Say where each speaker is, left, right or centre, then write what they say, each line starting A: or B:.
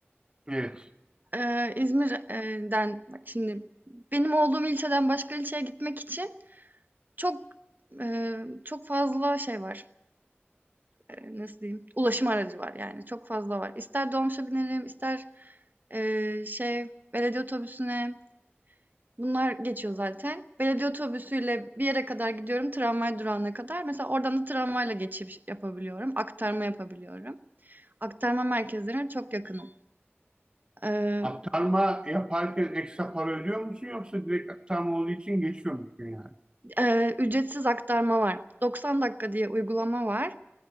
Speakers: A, on the right; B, on the right.
A: Evet.
B: Eee, İzmir şimdi benim olduğum ilçeden başka ilçeye gitmek için çok, eee, çok fazla şey var. Eee, nasıl diyeyim? Ulaşım aracı var yani. Çok fazla var. İster dolmuşa binerim, ister eee, şey belediye otobüsüne, Bunlar geçiyor zaten. Belediye otobüsüyle bir yere kadar gidiyorum, tramvay durağına kadar. Mesela oradan da tramvayla geçiş yapabiliyorum, aktarma yapabiliyorum. Aktarma merkezlerine çok yakınım. Ee,
A: Aktarma yaparken ekstra para ödüyor musun yoksa direkt aktarma olduğu için geçiyor musun yani?
B: e, ücretsiz aktarma var. 90 dakika diye uygulama var.